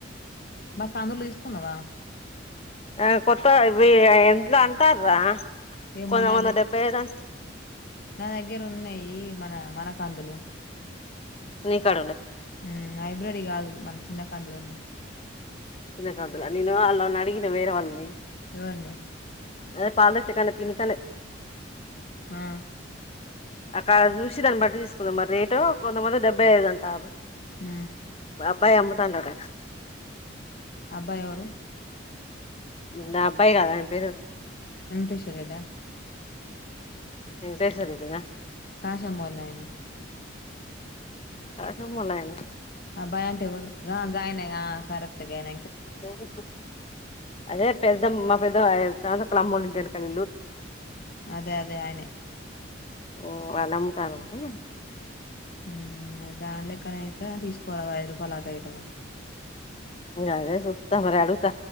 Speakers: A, on the left (about 50°); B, on the left (about 30°).
A: బ అందులు తీసుకున్నావా
B: ఆ కొత్త ఇ ఎట్లో అంటార
A: ఏమో
B: కొంద
A: నాగే
B: కొంద డెబ్బై ఐదాం
A: నా దగ్గర ఉన్నాయి మన మనకాందులు
B: న క
A: ఉ అయి ముంద్రెడి కాదు మన చిన్నక అందులో ఉన్నాయి
B: ఇ కావదుల నేను అలా నడిగిన వరే వాళ్ళుని
A: ఎవన్న
B: అదే పాలచ్చ పినూ
A: ఆ
B: అక్కడ చూసి దాన్ని బట్టి తీసుకుందాం మరి రేటు కొంతమంది డెబ్బై ఐదు అంటారు
A: ఊ
B: బబ్బాయి అమ్మ తాండట
A: అబ్బా ఎవరు
B: నా అబ్బా కాదని ఫరు
A: వెంకటేశ్వరెడ్డా
B: నను తెేసర్దనా
A: కా సమోరలాయనా
B: కస మలాయనా
A: ఆ భయ అంటే ఎవరు ఆ గాయనా కరక్ట్గాం
B: స స అదే పెద్ద మా పెద్ద ఐదుాం కలమ్మోలు ఉంటాండి కల
A: అదే అదే ఆయనే
B: ఓ అలా అమ్ముతారంటా
A: ఉమ్ దాని లెక్కనయితే తీసుకోవాలి ఐదు రూపాయలు ఆటో ఇటో కానీ
B: అదే సూత్త మరి అడుగుత